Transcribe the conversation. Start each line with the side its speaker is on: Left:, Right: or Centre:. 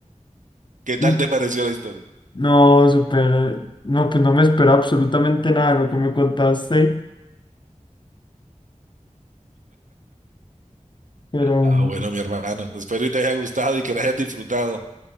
Right: ¿qué tal
Left: Y-
Right: te pareció la historia?
Left: No, súper. No, pues no me esperaba absolutamente nada de lo que me contaste, pero
Right: Ah,
Left: bueno,
Right: bueno, mi hermano. Espero y te haya gustado y que lo hayas disfrutado.